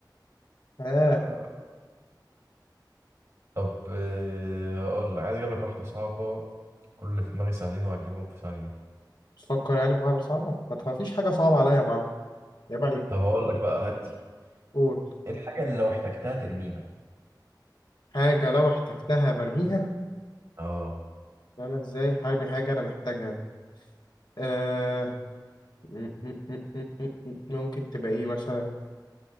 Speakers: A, on the left (about 70°); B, on the right (about 55°).
A: آه
B: آه. طب آه، هقول لك عايز أجيب لك واحدة صعبة كل اللي في دماغي سهلين وهتجيبهم في ثانية
A: تفكر يعني في واحدة صعبة ما تفيش حاجة صعبة عليا يا معلم عيب عليك
B: طب اقول لك بقى هدي
A: قول
B: ايه الحاجه اللي لو احتجتها ترميها
A: حاجة لو احتجتها برميها
B: اه
A: أنا إزاي حامي حاجة أنا محتاجها آه م- م- م- م- م- م- ممكن تبقى إيه مثلا